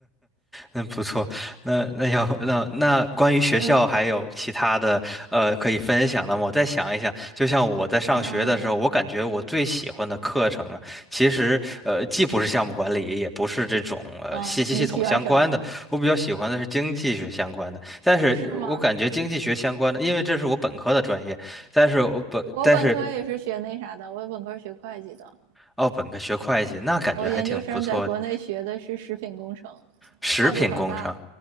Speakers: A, in the centre; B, on the right (about 60°).
A: 嗯，不错。那那要那那关于学校还有其他的呃可以分享的吗？
B: <laughs>
A: 我再想一想，就像我在上学的时候，
B: 嗯，哎呀，
A: 我感觉我最喜欢的课程啊，其实呃既不是项目管理，也不是这种呃信息系统相关的，
B: 嗯，你喜欢什么？
A: 我比较喜欢的是经济学相关的。但是我感觉经济学相关的，
B: 是吗？
A: 因为这是我本科的专业，但是我本但是
B: 我本科也是学那啥的，我本科学会计的，
A: 哦本科学会计，那感觉还挺不错的，
B: 我研究生在国内学的是食品工程，
A: 食品工程。
B: 跨度好大，